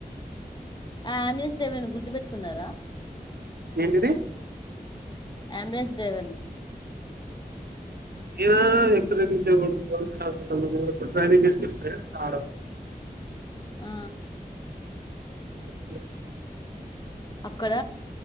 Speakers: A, on the left; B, on the right.
A: ఆ అంబులెన్స్ డ్రైవర్ని గుర్తుపెట్టుకున్నారా
B: ఏంటిది
A: అంబు లెన్స్ డ్రైవర్ని
B: ఏ ఎక్స్రే తీసే వోడు గవర్నమెంట్ హాస్పిటల్లా స్కానింగ్ తీసుకుంటే ఆడ
A: ఆ
B: <inaudible>
A: అక్కడ